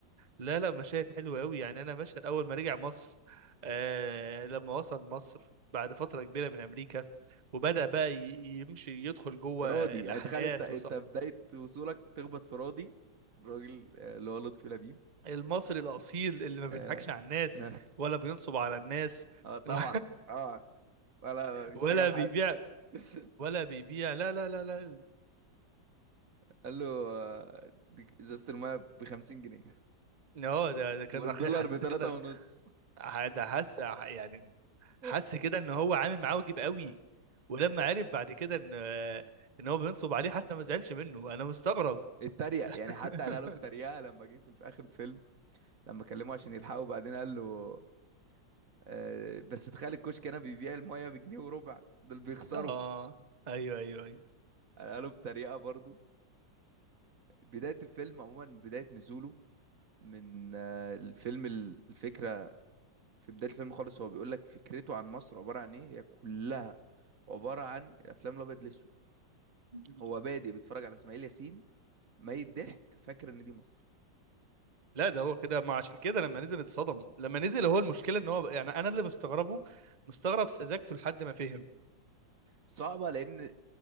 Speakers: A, on the right (about 25°); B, on the right (about 50°).
A: لا لا مشاهد حلوه قوي يعني انا مشهد اول ما رجع مصر آه لما وصل مصر بعد فتره كبيره من امريكا وبدأ بقى ي- يمشي يدخل جوه
B: راضي
A: الأحداث
B: يعني تخيل انت انت بداية وصولك تخبط في راضي الراجل آه، اللي هو لطفي لبيب
A: المصري الأصيل اللي ما بيضحكش
B: اه
A: على الناس
B: <laughs>
A: ولا بينصب على الناس
B: آه، طبعا
A: <laughs> و-
B: اه ولا بيشتغل
A: ولا بيبيع
B: حد <laughs>
A: ولا بيبيع لا لا لا لا
B: قال له آه، دي ازازة المايه ب 50 جنيه
A: اه ده ده كان
B: والدولار
A: أخي- حاسس
B: ب 3
A: كده
B: ونص
A: ح- ده حاسس يعني
B: <laughs>
A: حاسس كده ان هو عامل معاه واجب قوي ولما عرف بعد كده ان ان هو بينصب عليه حتى ما زعلش منه انا مستغرب
B: اتريق
A: <laughs>
B: يعني حتى قالها له بتريقة لما جه في في اخر الفيلم لما كلمه عشان يلحقه بعدين قال له آه، بس تخيل الكشك هنا بيبيع المايه بجنيه وربع دول بيخسروا
A: اه ايوه ايوه
B: قالوا بطريقة برضو بداية الفيلم عموما بداية نزوله من آه، الفيلم ال- الفكرة في بداية الفيلم خالص هو بيقول لك فكرته عن مصر عبارة عن ايه هي كلها عبارة عن الافلام الابيض الاسود
A: ايوه
B: هو بادئ بيتفرج على اسماعيل ياسين ميت ضحك فاكر ان دي مصر
A: لا ده هو كده ما عشان كده لما نزل اتصدم لما نزل هو المشكله ان هو يعني انا اللي مستغربه مستغرب سذاجته لحد ما فهم
B: صعبة لان